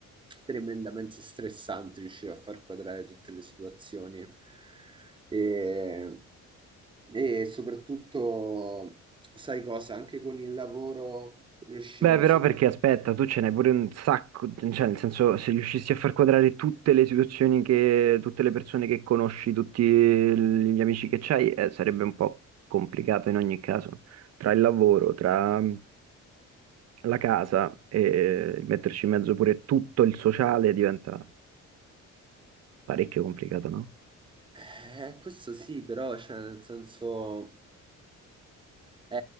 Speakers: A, on the right; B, on the right.
A: tremendamente stressante riuscire a far quadrare tutte le situazioni. E, e soprattutto, sai cosa, anche con il lavoro riuscire
B: Beh,
A: un
B: però
A: secondo
B: perché aspetta, tu ce n'hai pure un sacco, cioè nel senso se riuscissi a far quadrare tutte le situazioni che, tutte le persone che conosci, tutti gli amici che c'hai, eh, sarebbe un po' complicato in ogni caso, tra il lavoro, tra la casa e metterci in mezzo pure tutto il sociale diventa parecchio complicato, no?
A: Eh, questo sì, però, cioè, nel senso, è,